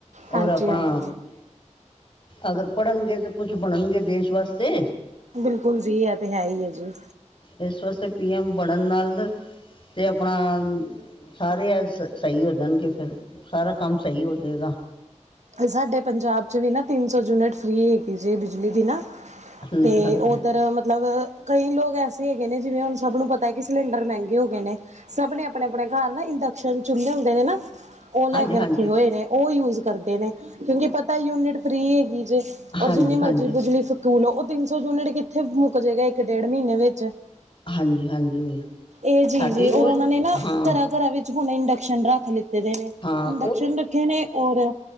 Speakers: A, on the right; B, on the left.
A: ਹਾਂਜੀ
B: ਔਰ ਆਪਣਾ
A: ਹਾਂਜੀ
B: ਅਗਰ ਪੜ੍ਹਨਗੇੇ ਤੇ ਕੁਛ ਬਣਨਗੇ ਦੇਸ਼ ਵਾਸਤੇ।
A: ਬਿਲਕੁਲ ਜੀ ਐਹ ਤੇ ਹੈ ਹੀ ਹੈ ਜੀ।
B: ਇਸ ਵਾਸਤੇ ਪੀ ਐਮ ਬਣਨ ਨਾਲ ਤੇ ਆਪਣਾ ਸਾਰੇ ਅ ਸ ਸਹੀ ਹੋ ਜਾਨਗੇ ਫਿਰ ਸਾਰਾ ਕੰਮ ਸਹੀ ਹੋ ਜੇਗਾ।
A: ਅਤੇ ਸਾਡੇ ਪੰਜਾਬ ਚ ਵੀ ਨਾ ਤਿੰਨ ਸੌ ਯੂਨਿਟ ਫਰੀ ਹੈਗੀ ਜੇ ਬਿਜਲੀ ਦੀ ਨਾ
B: ਹਾਂਜੀ
A: ਤੇ
B: ਹਾਂਜੀ
A: ਉੱਧਰ ਮਤਲਬ ਕਈ ਲੋਕ ਐਸੇ ਹੈਗੇ ਨੇ ਜਿਵੇਂ ਹੁਨ ਸਭ ਨੂੰ ਪਤਾ ਕਿ ਸਿਲੰਡਰ ਮਹਿੰਗੇ ਹੋ ਗਏ ਨੇ ਸਭ ਨੇ ਆਪਣੇ ਆਪਣੇ ਘਰ ਨਾ ਇੰਡਕਸ਼ਨ ਚੁੱਲੇ ਹੁੰਦੇ ਨੇ ਨਾ ਉਹ ਲੈ
B: ਹਾਂਜੀ
A: ਕੇ
B: ਹਾਂਜੀ
A: ਰੱਖੇ ਹੋਏ ਨੇ ਉਹ ਯੂਜ਼ ਕਰਦੇ ਨੇ ਕਿਉਂਕਿ ਪਤਾ ਯੂਨਿਟ ਫਰੀ ਹੈਗੀ ਜੇ ਔਰ
B: ਹਾਂਜੀ
A: ਜਿੰਨੀ
B: ਹਾਂਜੀ
A: ਮਰਜ਼ੀ ਬੁਜਲੀ ਸਕੂਲ ਉਹ ਤਿੰਨ ਸੌ ਯੂਨਿਟ ਕਿੱਥੇ ਮੁੱਕ ਜੇਗਾ ਇੱਕ ਡੇਢ ਮਹੀਨੇ ਵਿੱਚ
B: ਹਾਂਜੀ ਹਾਂਜੀ
A: ਇਹ ਚੀਜ
B: ਸਾਡੀ ਰੋਜ਼
A: ੳਰ ਉਹਨਾਂ ਨੇ ਨਾ
B: ਹਾਂ
A: ਘਰਾਂ-ਘਰਾਂ ਵੀ ਹੁਨ ਇੰਡਕਸ਼ਨ ਰੱਖ ਲਿੱਤੇ ਨੇ
B: ਹਾਂ
A: ਇੰਡਕਸ਼ਨ ਰੱਖੇ ਨੇ ਔਰ